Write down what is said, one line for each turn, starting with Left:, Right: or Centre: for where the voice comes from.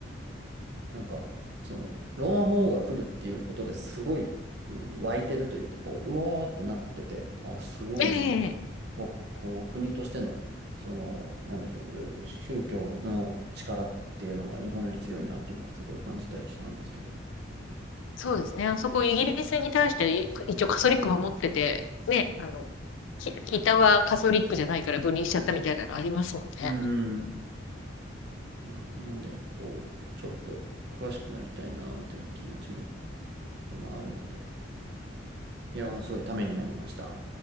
Right: なんか、その、ローマ法王が来るっていうことですごいうん湧いてるというか、こう、うおーってなってて、あ、すごいな、
Left: ええ
Right: こ、こう、国としての、その、なんでしょう、宗教の力っていうのが日本より強いなっていうのはすごい感じたりしたんですけど。
Left: そうですね。あそこイギリスに対してい一応カソリック守ってて、ね、あの、き北はカソリックじゃないから分離しちゃったみたいなのありますもんね。
Right: うん。まあ、なんで、こう、ちょっと詳しくなりたいな、みたいな気持ちもとってもあるので、いやー、すごいためになりました。